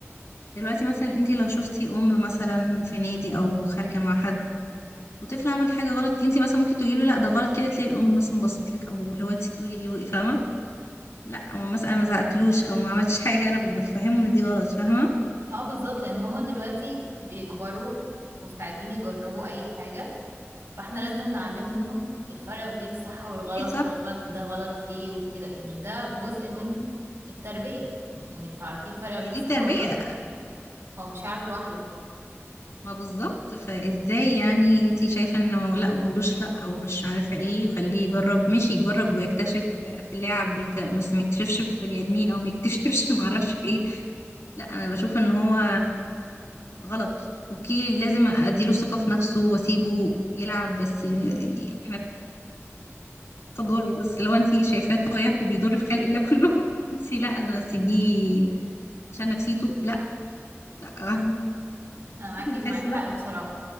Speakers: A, on the left (about 80°); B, on the right (about 85°).
A: دلوقتي مثلا انت لو شفتي ام مثلا في نادي او خارجه مع حد وطفل عمل حاجه غلط انت مثلا ممكن تقولي له لا ده غلط كده تلاقي الام مثلا بصيت لك او اللي هو انت بتقولي لي وقف، فاهمه لا هو مثلا أنا ما
B: إن-
A: زعقتلوش او ما عملتش حاجه انا بفهمه ان دي غلط فاهمه
B: اه بالظبط لان هما دلوقتي بيكبروا مستعدين يجربوا اي حاجة فاحنا لازم نعلمهم الفرق ما بين الصح
A: ما
B: والغلط
A: طبيعي صح
B: والغلط ده غلط ليه وكده يعني ده جزء من التربية انك تعرفي الفرق ما
A: ما
B: بين
A: هي
B: الصح
A: دي تربيه
B: والغلط هو مش هيعرف لوحده
A: ما بالظبط فازاي يعني انت شايفه انه لا ما اقولوش لا او مش عارفه ايه خليه يجرب ماشي يجرب ويكتشف في اللاعب بيك- بس ما يكتشفش في بني ادمين او ما يكتشفش <laughs> ما اعرفش في ايه لا انا بشوف ان هو غلط اوكي لازم اديله ثقة في نفسه واسيبه يلعب بس يعني احنا بنضر بس لو انت شايفاه طايح وبيضر في خلق الله كله <laughs> انت لا انا اسيبيه عشان نفسيته لا لا <laughs>
B: انا معاكي
A: بحس
B: معاكي
A: لا
B: حق بصراحة